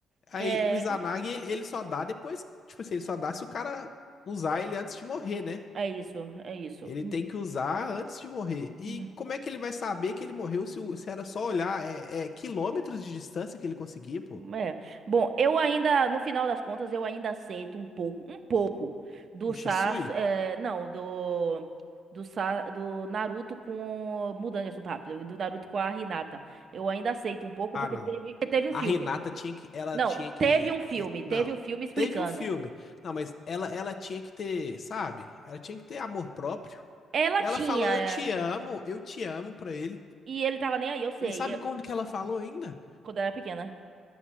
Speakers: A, on the left (about 55°); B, on the right (about 50°).
A: Aí
B: É,
A: o Izanagi,
B: como-
A: ele, ele só dá depois, tipo assim, ele só dá se o cara usar ele antes de morrer, né?
B: é isso, é isso.
A: Ele
B: Hum,
A: tem que usar antes de morrer. E
B: hum,
A: como é que ele vai saber que ele morreu se, o- se era só olhar? É, é quilômetros de distância que ele conseguia, pô.
B: É. Bom, eu ainda, no final das contas, eu ainda aceito um pouco, um pouco do
A: O
B: Sas,
A: Shisui?
B: é, não, do do, Sa, do Naruto com mudando de assunto rápido, do Naruto com a Hinata. Eu ainda aceito um pouco
A: Ah,
B: porque
A: não.
B: teve, porque teve um
A: A
B: filme.
A: Renata tinha que, ela
B: Não,
A: tinha que,
B: teve um filme,
A: é,
B: teve
A: não.
B: o filme explicando.
A: Teve um filme. Não, mas ela, ela tinha que ter, sabe? Ela tinha que ter amor próprio.
B: Ela
A: Ela
B: tinha,
A: falou, eu
B: é,
A: te amo, eu te amo pra ele.
B: e ele tava nem aí, eu sei,
A: E sabe
B: eu-
A: quando que ela falou ainda?
B: quando eu era pequena.